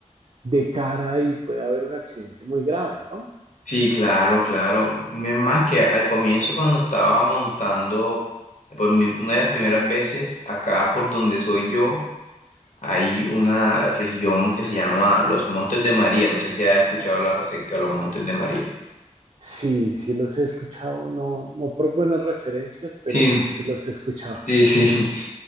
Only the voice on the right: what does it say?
de cara y puede haber un accidente muy grave, ¿no?
Sí, sí los he escuchado, no, no por buenas referencias, pero
sí los he escuchado.